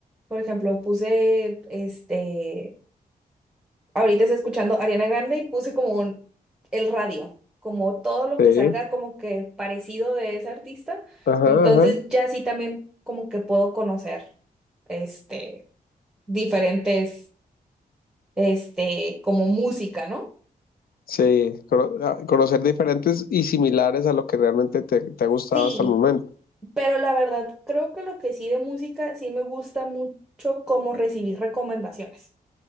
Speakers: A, in the centre; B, on the left (about 75°).
A: Por ejemplo, puse este... Ahorita estoy escuchando Ariana Grande y puse como un- el radio, como todo lo
B: Sí.
A: que salga como que parecido de ese artista.
B: Ajá,
A: Entonces
B: ajá.
A: ya sí también como que puedo conocer este diferentes este como música, ¿no?
B: Sí, cono- a- conocer diferentes y similares a lo que realmente te, te ha gustado
A: Sí,
B: hasta el momento.
A: pero la verdad creo que lo que sí de música sí me gusta mucho como recibir recomendaciones.